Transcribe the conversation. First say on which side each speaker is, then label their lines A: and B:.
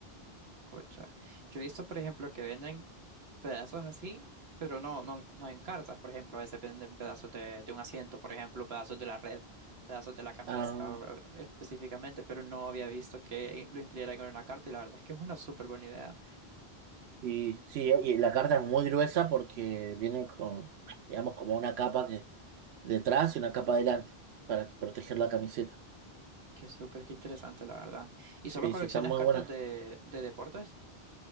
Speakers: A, on the right; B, on the right.
A: jocha. Yo he visto, por ejemplo, que venden pedazos así, pero no, no, en- no en cartas. Por ejemplo, a veces venden pedazos de, de un asiento, por ejemplo, pedazos de la red, pedazos de la camisa
B: Ah,
A: o- o- específicamente, pero no había visto que lo incluyeran en una carta y la verdad es que es una súper buena idea.
B: y sí, y la carta es muy gruesa porque viene con, digamos, como una capa que detrás y una capa adelante para proteger la camiseta.
A: Qué súper, qué interesante, la verdad. ¿Y
B: Sí,
A: solo coleccionas
B: sí, están muy
A: cartas
B: buenas.
A: de, de deportes?